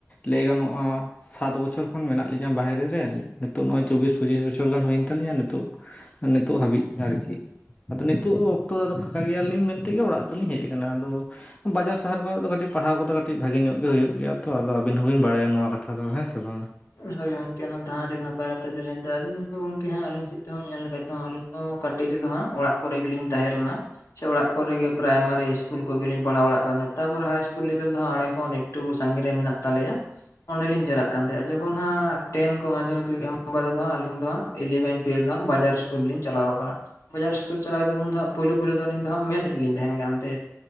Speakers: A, on the left; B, on the left.
A: ᱞᱟᱹᱭ ᱜᱟᱱᱚᱜᱼᱟ ᱥᱟᱛ ᱵᱚᱪᱷᱚᱨ ᱠᱷᱚᱱ ᱢᱮᱱᱟᱜ ᱞᱤᱧᱟ ᱵᱟᱦᱨᱮ ᱨᱮ ᱱᱤᱛᱚᱜ ᱱᱚᱣᱟ ᱪᱚᱵᱵᱤᱥ ᱯᱚᱸᱪᱤᱥ ᱵᱚᱪᱷᱚᱨ ᱜᱟᱱ ᱦᱩᱭᱮᱱ ᱛᱟᱞᱤᱧᱟ ᱱᱤᱛ <inaudible> ᱤᱛᱚ ᱱᱤᱛᱚᱜ ᱦᱟᱹᱵᱤᱡ ᱟᱨᱠᱤ ᱟᱫᱚ ᱱᱤᱛᱳᱜ ᱚᱠᱛᱚ ᱫᱚ ᱯᱷᱟᱸᱠᱟ ᱜᱮᱭᱟᱞᱤᱧ ᱢᱮᱱᱛᱮᱜᱮ ᱚᱲᱟᱜ ᱫᱚᱞᱤᱧ ᱦᱮᱡ ᱟᱠᱟᱱᱟ ᱟᱫᱚ ᱵᱟᱡᱟᱨ ᱥᱟᱦᱟᱨ ᱠᱚᱨᱮ ᱫᱚ ᱠᱟᱹᱴᱤᱡ ᱯᱟᱲᱦᱟᱣ ᱠᱚᱫᱚ ᱠᱟᱹᱴᱤᱡ ᱵᱷᱟᱜᱤ ᱧᱚᱜ ᱜᱮ ᱦᱩᱭᱩᱜ ᱜᱮᱭᱟ ᱛᱚ ᱟᱫᱚ ᱟᱹᱵᱤᱱ ᱦᱚᱸᱵᱤᱱ ᱵᱟᱲᱟᱭᱟ ᱱᱚᱣᱟ ᱠᱟᱛᱷᱟ ᱫᱚ ᱦᱮᱸ ᱥᱮ ᱵᱟᱝᱟ
B: ᱦᱳᱭ ᱜᱚᱝᱠᱮ ᱚᱱᱟ ᱫᱚ ᱟᱹᱰᱤ ᱱᱟᱯᱟᱭ ᱠᱟᱛᱷᱟ ᱵᱤᱱ ᱞᱟ. ᱭ ᱫᱟ ᱟᱹᱞᱤᱧ ᱛᱮᱦᱚᱸ ᱧᱮᱞ ᱞᱮᱠᱟᱱᱡ ᱫᱚᱦᱟᱜ ᱟᱹᱞᱤᱧ ᱦᱚᱸ ᱠᱟᱹᱴᱤᱡ ᱨᱮᱫᱚ ᱦᱟᱸᱜ ᱚᱲᱟᱜ ᱠᱚᱨᱮ ᱜᱮᱞᱤᱧ ᱛᱟᱦᱮᱸ ᱞᱮᱱᱟ ᱥᱮ ᱚᱲᱟᱜ ᱠᱚᱨᱮᱜᱮ ᱯᱨᱟᱭᱢᱟᱨᱤ ᱥᱠᱩᱞ ᱠᱚᱜᱮᱞᱤᱧ ᱯᱟᱲᱦᱟᱣ ᱵᱟᱲᱟᱜ ᱠᱟᱱ ᱛᱟᱦᱮᱸ ᱛᱟᱨᱯᱚᱨᱮ ᱦᱟᱭ ᱥᱠᱩᱞ ᱞᱮᱵᱮᱞ ᱫᱚ ᱦᱟᱸᱜ ᱟᱲᱮ ᱦᱚᱸᱠ ᱚᱸᱰᱮᱜᱮ ᱴᱩ ᱥᱟᱸᱜᱮ ᱢᱮᱱᱟᱜ ᱛᱟᱞᱮᱭᱟ ᱚᱸᱰᱮᱞᱤᱧ ᱪᱟᱞᱟᱜ ᱠᱟᱱ ᱛᱟᱦᱮᱸᱱᱟ <unintelligible> ᱦᱟᱸᱜ ᱴᱮᱱ ᱠᱚ ᱢᱟᱫᱽᱫᱷᱚᱢᱤᱠ ᱠᱚ ᱮᱢ ᱵᱟᱨᱮᱫᱚ ᱟᱞᱤᱧ ᱫᱚ ᱤᱞᱤᱵᱷᱮᱱ ᱴᱩᱭᱮᱞᱵᱷ ᱫᱚ ᱵᱟᱡᱟᱨ ᱥᱠᱩᱞ ᱨᱮᱞᱤᱧ ᱪᱟᱞᱟᱣ ᱟᱠᱟᱱᱟ ᱵᱟᱡᱟᱨ ᱥᱠᱩᱞ ᱪᱟᱞᱟᱣᱛ ᱩᱱ ᱫᱚ ᱦᱟᱸᱜ ᱯᱳᱭᱞᱳ ᱯᱳᱞᱳ ᱫᱚ ᱟᱹᱞᱤᱧ ᱫᱚ ᱦᱟᱸᱜ ᱢᱮᱥ ᱨᱮᱞᱤᱧ ᱛᱟᱦᱮᱸᱱ ᱠᱟᱱ ᱛᱟᱦᱮᱸ